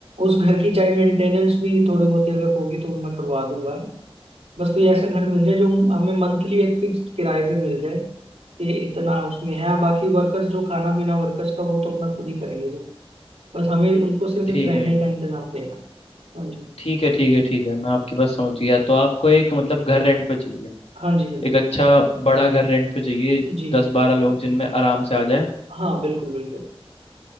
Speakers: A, on the right; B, on the left.
A: उस घर की चाहे मेंटेनेंस भी थोड़ी बहुत ही अगर होगी तो मैं करवा दूंगा बस कोई ऐसा घर मिल जाए जो हमें मंथली एक फिक्स्ड किराए पे मिल जाए कि इतना उसमें है बाकी वर्कर्स जो खाना पीना वर्कर्स का वो तो अपना खुद ही करेंगे वो बस हमें उनको सिर्फ
B: ठीक
A: एक रहने का इंतजाम देना है। हाँ जी
B: ठीक है ठीक है ठीक है मैं आपकी बात समझ गया तो आपको एक मतलब घर रेंट पे चाहिए
A: हाँ जी हाँ जी
B: एक अच्छा बड़ा घर रेंट पे चाहिए
A: जी
B: दस बारह लोग जिनमें आराम से आ जाए
A: हाँ बिल्कुल बिल्कुल